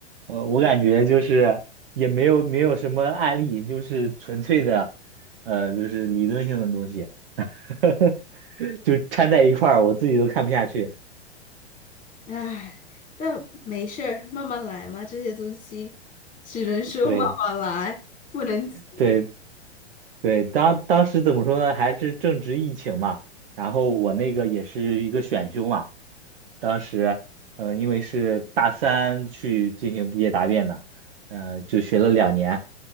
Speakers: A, on the right; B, on the left.
A: 呃，我感觉就是也没有没有什么案例，就是纯粹的，呃，就是理论性的东西，<laughs> 就掺在一块儿，我自己都看不下去。
B: 唉，但没事儿，慢慢来嘛，这些东西只能说慢慢来，
A: 对，
B: 不能急。
A: 对。对，当当时怎么说呢？还是正值疫情嘛，然后我那个也是一个选修嘛，当时，嗯、呃因为是大三去进行毕业答辩的，嗯、就学了两年，